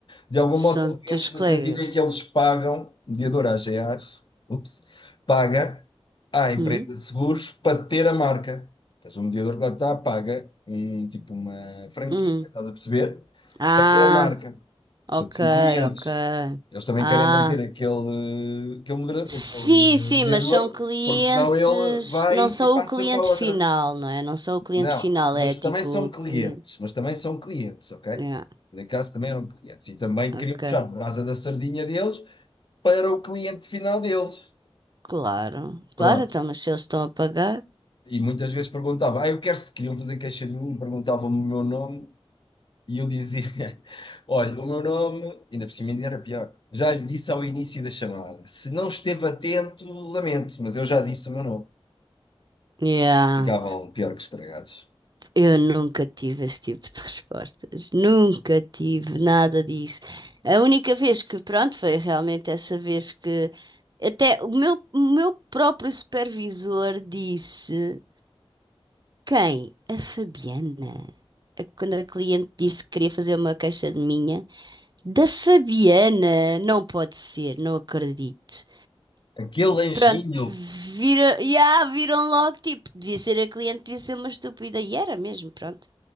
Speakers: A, on the left; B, on the right.
A: de algum modo
B: São
A: são clientes
B: teus colegas.
A: no sentido em que eles pagam, o mediador AGAs, ups, paga à empresa
B: Hum?
A: de seguros para ter a marca. Estás o mediador que lá está, paga um, tipo uma franquia,
B: Hum.
A: estás a perceber?
B: Ah,
A: Para ter a marca.
B: ok,
A: Portanto, são clientes.
B: ok.
A: Eles também
B: Ah,
A: querem manter aquele, aquele, modera-
B: sim,
A: aquele
B: sim,
A: mediador,
B: mas são clientes.
A: porque senão ele vai
B: Não são
A: e passa
B: o cliente
A: para outra.
B: final, não é? Não são o cliente
A: Não,
B: final,
A: mas
B: é tipo
A: também são
B: o
A: clientes,
B: cliente.
A: mas também são clientes, ok?
B: Yeah.
A: Por acaso também eram clientes. E também
B: Ok,
A: queriam puxar a brasa da sardinha deles para o cliente final deles.
B: claro.
A: Pronto.
B: Claro, então, mas se eles estão a pagar.
A: E muitas vezes perguntava, ah, eu quero se queriam fazer queixa de mim, perguntavam-me o meu nome E eu dizia: <laughs> Olha, o meu nome, ainda por cima ainda era pior, já lhe disse ao início da chamada. Se não esteve atento, lamento, mas eu já disse o meu nome.
B: Yeah.
A: Ficavam pior que estragados.
B: Eu nunca tive esse tipo de respostas, nunca tive nada disso. A única vez que, pronto, foi realmente essa vez que até o meu, o meu próprio supervisor disse: Quem? A Fabiana. A- Quando a cliente disse que queria fazer uma queixa de minha, da Fabiana, não pode ser, não acredito.
A: Aquele anjinho,
B: Pronto, vira, yeah, viram logo, tipo, devia ser a cliente, devia ser uma estúpida, e era mesmo, pronto.